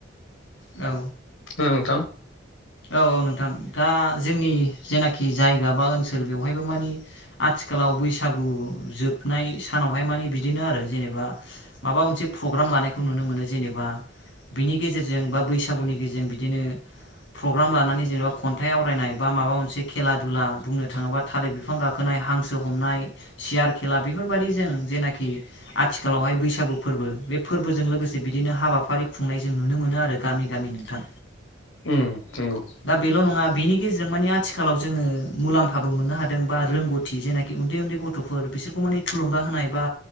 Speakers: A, on the left (about 70°); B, on the left (about 85°).
A: औ
B: ना नोंथां
A: औ औ नोंथां दा जोंनि जेनाखि जाय ओनसोल बेयावहायबो माने आथिखालाव बैसागु जोबनाय सानावहाय मानो बिदिनो आरो जेनेबा माबा मोनसे प्रग्राम लानायखौ नुनो मोनो जेनेबा बिनि गेजेरजों बा बैसागुनि गेजेरजों बिदिनो प्रग्राम लानानै जेनेबा खन्थाइ आवरायनाय बा माबा मोनसे खेला दुला बुंनो थाङोबा थालिर बिफां गाखोनाय हांसो हमनाय सियार खेला बेफोर बेफोरबायदि जों जेनाखि आथिखालावहाय बैसागु फोरबो बे फोरबोजों लोगोसे बिदिनो हाबाफारि खुंनाय जों नुनो मोनो आरो गामि गामि नोंथां
B: उ नंगौ
A: दा बेल' नङा बेनि आथिखालाव जोङो मुलामफाबो मोननो हादों बा रोंगौथि गथ' बिसोरखौ माने थुलुंगा होनाय बा